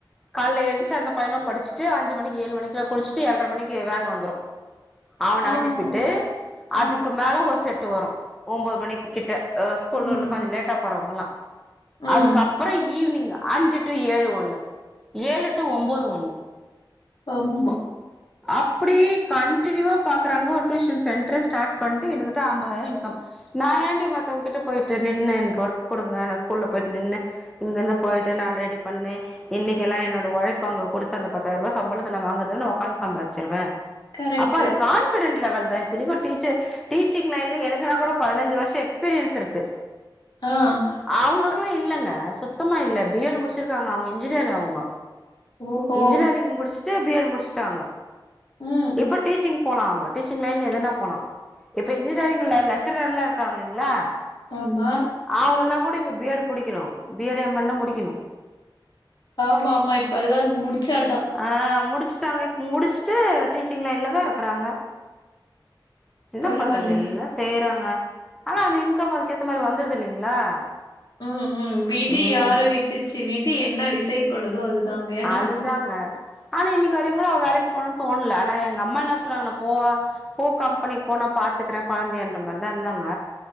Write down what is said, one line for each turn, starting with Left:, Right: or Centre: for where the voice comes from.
Centre: காலைல எழுஞ்சு அந்த பையனும் படிச்சுட்டு அஞ்சு மணிக்கு ஏழு மணிக்கு குளிச்சிட்டு ஏழ்ட்ர மணிக்கு வேன் வந்துரும் அவன
Left: ஆமாவா
Centre: அனுப்பிட்டு அதுக்கு
Left: ஆ
Centre: மேல ஒரு செட்டு வரும் ஒன்பது மணிக்கு கிட்ட ஆ ஸ்கூல்ல
Left: ம்
Centre: உள்ள கொஞ்சம் லேட்டா போறவங்கள்லா
Left: ம்
Centre: அதுக்கப்புறம் ஈவினிங் அஞ்சு டு ஏழு ஒண்ணு ஏழு டு ஒம்பது ஒண்ணு
Left: அம்
Centre: அப்டி கண்டினியூவா பாக்குறாங்க ஒரு டியூஷன் சென்டரே ஸ்டார்ட் பண்ட்டு கிட்டத்தட்ட அம்பதாயிரம் இன்கம் நா ஏண்டி மத்தவுங்க கிட்ட போயிட்டு நின்னு எனக்கு ஒர்க் குடுங்க நா ஸ்கூல்ல போயிட்டு நின்னு இங்கிருந்து போயிட்டு நா ரெடி பண்ணி இன்னைக்கு எல்லா என்னோட உழைப்பு அங்க கொடுத்து அந்த பத்தாயிர ரூபாய் சம்பளத்த நா வாங்க உக்காந்து சம்பாச்சிருவே
Left: கரெக்ட்டு
Centre: அப்போ அது கான்பிடன்டு லெவல் தா இத்தனைக்கு டீச்சர் டீச்சிங் லைன்ல எனக்குனா கூட பதினஞ்சு வருஷோ எக்ஸ்பீரியன்ஸ் இருக்கு
Left: ஆஹ்
Centre: அவுங்களுக்கெல்லா இல்லங்க சுத்தமா இல்ல பிஎட் முடிச்சிருக்காங்க அவுங்க இன்ஜினியர் அவுங்க
Left: ஓஹோ
Centre: இன்ஜினியரிங் முடிச்சுட்டு பிஎட் முடிச்சுட்டாங்க
Left: ம்
Centre: இப்ப டீச்சிங் போலா அவுங்க டீச்சிங் லைன்ல எதுனா போலா இப்ப இன்ஜினியரிங்ல லெக்சரர் எல்லா இருக்காங்க இல்லைங்களா
Left: ஆமா
Centre: அவுங்க எல்லா கூட இப்ப பிஎட் புடிக்கணு பிஎட் எம்எட் எல்லா முடிக்கணு
Left: ஆமா ஆமா இப்பெல்லா அது முடிச்சாதா
Centre: ஆஹ் முடிச்சுட்டாங்க இப்ப முடிச்சுட்டு டீச்சிங் லைன்ல தா இருக்குறாங்க என்ன
Left: பரவாயில்லையே
Centre: பண்றது எல்லா செய்றாங்க ஆனா அந்த இன்கம் அதுக்கு ஏத்த மாரி வந்துருது இல்லைங்களா
Left: ம் ம் விதி
Centre: ம்
Left: யார விட்டுச்சு விதி என்ன டிசைட் பண்ணுதோ அதுதாங்க நடக்கு
Centre: அதுதாங்க ஆனா இன்னைக்கு வரையு கூட அவ வேலைக்கு போகணுன்னு தோணல ஆனா எங்க அம்மா என்ன சொல்றாங்கண்ணா போ போ கம்பெனி போ நா பாத்துக்குறே குழந்தையன்ற மாரி தான் இருந்தாங்க